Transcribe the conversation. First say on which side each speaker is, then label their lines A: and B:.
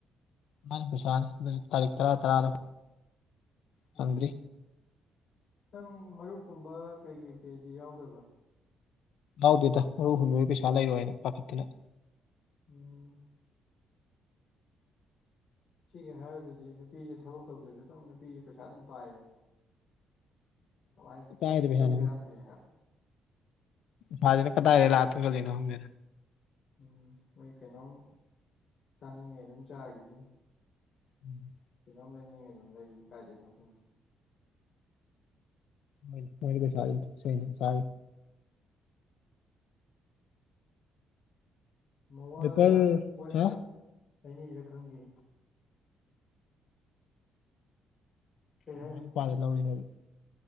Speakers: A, on the left; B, on the left.
A: ꯃꯥ ꯄꯩꯁꯥꯅꯤ ꯇꯥꯔꯤꯛ ꯇꯔꯥ ꯇꯔꯥꯗ
B: ꯎꯝ
A: ꯐꯪꯗ꯭ꯔꯤ
B: ꯅꯪ ꯃꯔꯨꯞꯀꯨꯝꯕ ꯀꯩ ꯀꯩ ꯀꯩꯗꯤ ꯌꯥꯎꯗꯕ꯭ꯔꯣ
A: ꯂꯎꯗꯦꯗ ꯃꯔꯨ ꯍꯨꯝꯕꯒꯤ ꯄꯩꯁꯥ ꯂꯩꯔꯣꯏ ꯍꯥꯏꯅ ꯄꯥꯈꯠꯇꯅ
B: ꯎꯝ ꯁꯤꯒꯤꯦ ꯍꯥꯏꯕꯗꯗꯤ ꯅꯨꯄꯤꯁꯦ ꯊꯕꯛ ꯇꯧꯗ꯭ꯔꯁꯨ ꯑꯗꯨꯝ ꯅꯨꯄꯤꯁꯦ ꯄꯩꯁꯥ ꯑꯗꯨꯝ ꯄꯥꯏꯕꯅꯦ ꯀꯃꯥꯏ
A: ꯀꯥꯏꯗ
B: ꯃꯣꯏ ꯇꯨꯡꯖ
A: ꯄꯩꯁꯥꯅꯣ
B: ꯌꯥꯝ ꯍꯥꯏꯌꯦ ꯍꯥꯏ
A: ꯐꯖꯅ ꯀꯗꯥꯔ ꯂꯥꯇꯒ ꯂꯩꯅ ꯍ ꯃ
B: ꯎꯝ ꯃꯣꯏ ꯀꯩꯅꯣꯝ ꯆꯥꯅꯤꯡꯉꯦ ꯑꯗꯨꯝ ꯆꯥꯈꯤꯅꯤ
A: ꯎꯝ
B: ꯀꯩꯅꯣꯝ ꯂꯩꯅꯤꯡꯉꯦ ꯑꯗꯨꯝ ꯂꯩꯌꯦ ꯀꯥꯏꯗꯣꯏꯅꯣ ꯍꯪꯗꯦ
A: ꯃꯣꯏ ꯃꯣꯏ ꯀꯩꯁꯥ ꯁꯥ
B: ꯃꯋꯥ
A: ꯄꯦꯄꯔ
B: ꯀꯣꯏꯔꯒ
A: ꯍꯥ
B: ꯍꯥꯏꯅꯩꯔ ꯈꯪꯗꯦ ꯀꯩ ꯍꯥꯏꯅꯣ
A: ꯥꯏ ꯅꯨꯄꯥꯗ ꯂꯧꯋꯅꯦꯗꯤ